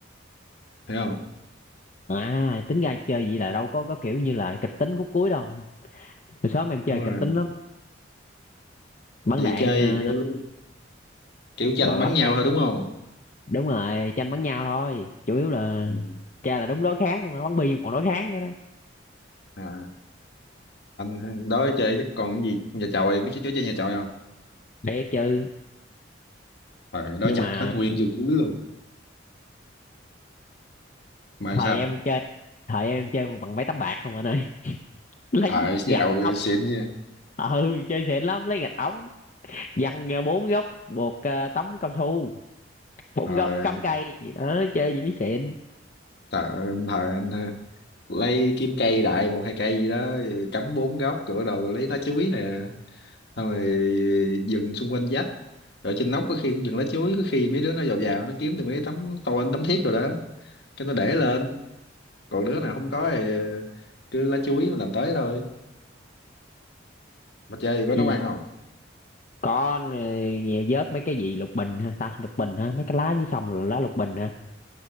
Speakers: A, on the left (about 55°); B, on the left (about 40°).
A: hiểu không
B: à tính ra chơi vậy là đâu có có kiểu như là kịch tính khúc cuối đâu hồi xóm em chơi
A: đúng
B: kịch
A: rồi
B: tính lắm bắn
A: vậy
B: đạn
A: chơi
B: ờ,
A: kiểu kiểu tranh
B: rồi
A: bắn
B: bắn
A: nhau thôi đúng không
B: đúng rồi tranh bắn nhau thôi chủ yếu là
A: ừ.
B: cha là đúng đối kháng luôn á bắn bi mà còn đối kháng nữa đó
A: à, anh đó chơi chắc còn cái gì nhà chòi biết chơi chơi nhà chòi không
B: để chứ
A: rồi đó
B: nhưng
A: chặt
B: mà
A: hết nguyên dưa chuối luôn mà
B: thời
A: sao
B: em chơi thời em chơi bằng mấy tấm bạc không anh ơi <laughs> lấy
A: ờ giàu
B: gạch ống
A: xịn chứ
B: ừ chơi xịn lắm lấy gạch ống văng ra bốn góc buộc ờ, tấm cao su bốn
A: rồi
B: góc cắm cây gì đó chơi gì mới xịn
A: thời, thời anh ha lấy kiếm cây đại một hai cây gì đó rồi cắm bốn góc rồi bắt đầu lấy lá chuối nè xong rồi dừng xung quanh vách rồi trên nóc có khi cũng dừng lá chuối có khi mấy đứa nó vào vào nó kiếm được mấy tấm tôn tấm thiết rồi đó cái nó để lên còn đứa nào không có thì cứ lá chuối mà làm tới thôi mà chơi thì có
B: ừ.
A: nấu ăn không
B: con rồi vớt mấy cái gì lục bình ha ta lục bình ha mấy cái lá dưới sông là lá lục bình ha